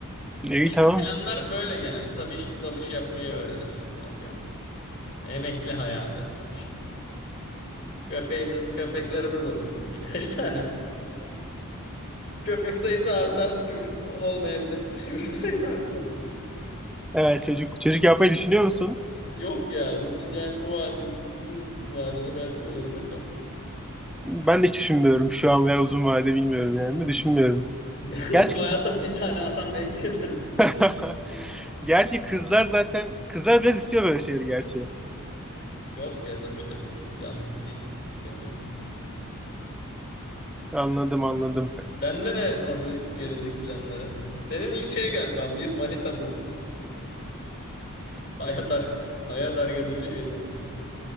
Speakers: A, in the centre; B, on the left (about 50°).
A: E, İyi
B: Neyse,
A: tamam.
B: Planlar böyle genelde. Tabii iş- dalış yapmayı öğrenir. Atıyorum. Emekli hayatı. Köpeğimiz, köpeklerimiz olur. Birkaç <laughs> tane. Köpek sayısı artar, çocuk olmayabilir. <laughs> Çocuk sayısı artmasın.
A: Evet çocuk. Çocuk yapmayı düşünüyor musun?
B: Yok ya, bu bir- yani şu an uzun vadede belki olabilir de.
A: Ben de hiç düşünmüyorum şu an veya uzun vadede bilmiyorum yani. Düşünmüyorum.
B: <laughs>
A: Gerçi,
B: Bu hayata bir tane Hasan Mevzi yeter midir?
A: <laughs> gerçi kızlar zaten kızlar biraz istiyor böyle şeyleri gerçi.
B: Yok ya Sabiş de pek yanlısı değil. istemiyor.
A: Anladım anladım.
B: Sende ne nasıl gelecek planları? Senin ilk şey galiba bir manita bul. <laughs> Hayat, ar hayat arkadaşı edin.